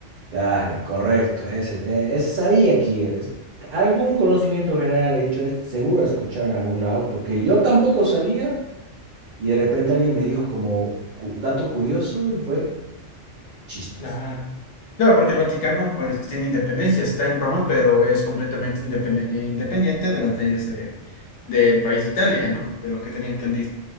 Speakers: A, on the right; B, on the left.
A: Dale, correcto, ese, te- ese sabía aquí. es- algún conocimiento general he dicho, es, seguro he escuchado en algún lado, porque yo tampoco sabía y de repente alguien me dijo como cu- dato curioso y fue chistoso.
B: Ah, claro, porque el Vaticano pues tiene independencia, está en Roma, pero es completamente independen- eh, independiente de las leyes de, del país Italia, ¿no? De lo que tenía entendido.